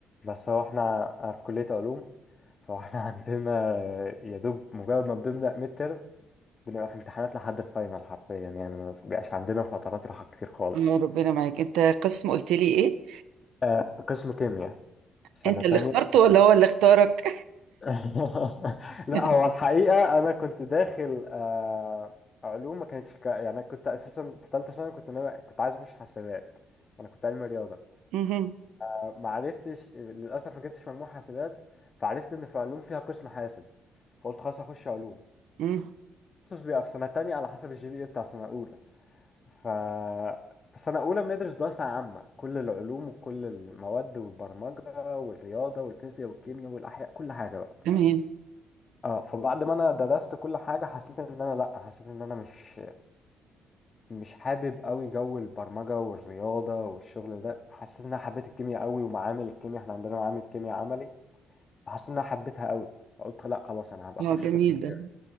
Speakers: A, on the left; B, on the right.
A: بس هو احنا أنا في كليه علوم فاحنا <laughs> عندنا يا دوب مجرد ما بنبدا ميد ترم بنبقى في امتحانات لحد الفاينل حرفيا يعني ما بيبقاش عندنا فترات راحه كتير خالص
B: يا ربنا معاك انت قسم قلت لي ايه
A: آه قسم كيمياء سنه
B: انت
A: تانية
B: اللي اخترته
A: قسم
B: ولا
A: كيمياء
B: هو اللي اختارك
A: <laughs> لا
B: <laughs>
A: هو الحقيقة أنا كنت داخل آه، علوم ما كانتش كا- يعني أنا كنت أساسا في تالتة ثانوي كنت ناوي كنت عايز أخش حاسبات أنا كنت علمي رياضة
B: مهم.
A: فما عرفتش للأسف ما جبتش مجموع حاسبات فعرفت إن في علوم فيها قسم حاسب فقلت خلاص هخش علوم
B: مم.
A: تخصص بيبقى في سنة تانية على حسب الجي بي إيه بتاع سنة أولى ف في سنة أولى بندرس دراسة عامة كل العلوم وكل المواد والبرمجة والرياضة والفيزياء والكيمياء والأحياء كل حاجة بقى
B: تمام
A: اه فبعد ما انا درست كل حاجه حسيت ان انا لا حسيت ان انا مش مش حابب قوي جو البرمجه والرياضه والشغل ده حسيت ان انا حبيت الكيمياء قوي ومعامل الكيمياء احنا عندنا معامل كيمياء عملي فحسيت ان انا حبيتها قوي فقلت لا خلاص انا هبقى
B: اه
A: اخش
B: جميل
A: قسم كيمياء
B: ده